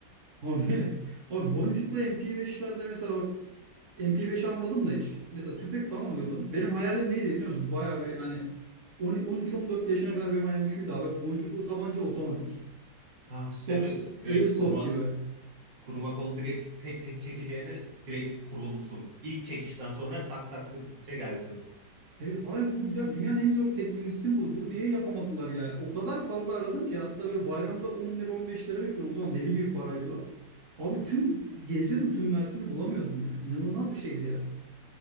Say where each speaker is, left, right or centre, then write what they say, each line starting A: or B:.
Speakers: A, on the right; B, on the right.
A: Abi, <laughs> abi boncuklu MP5'lerde mesela bak MP5 almadım da hiç. Mesela tüfek falan alıyordum. Benim hayalim neydi biliyor musun? Bayağı bir hani 10 13-14 yaşına kadar benim hayalim şuydu abi. Boncuklu tabanca otomatik.
B: Ha,
A: Soft,
B: değil mi? Direkt
A: airsoft
B: kurma
A: gibi.
B: Kuruma kol direkt tek tek çekeceğine direkt kurulsun. İlk çekişten sonra tak tak sıktıkça gelsin.
A: Evet ay bu ya dünyanın en zor teknolojisi bu. Bunu niye yapamadılar yani? O kadar fazla aradım ki hatta böyle bayramda 10 lira 15 lira bekliyorum. O zaman deli gibi paraydı o. Abi tüm geziyordum tüm Mersin'i bulamıyordum ya. İnanılmaz bir şeydi ya.